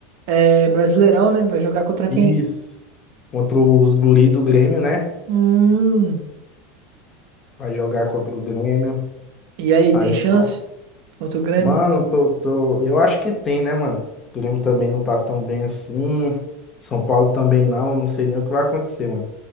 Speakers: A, on the right; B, on the left.
A: É Brasileirão, né? Vai jogar contra quem?
B: Isso. Contra os guri do Grêmio, né?
A: Hum.
B: Vai jogar contra o Grêmio.
A: E aí, tem
B: Aí eu
A: chance?
B: tô
A: Contra o Grêmio?
B: Mano, tô, tô... eu acho que tem, né, mano? O Grêmio também não tá tão bem assim. São Paulo também não. Não sei nem o que vai acontecer, mano.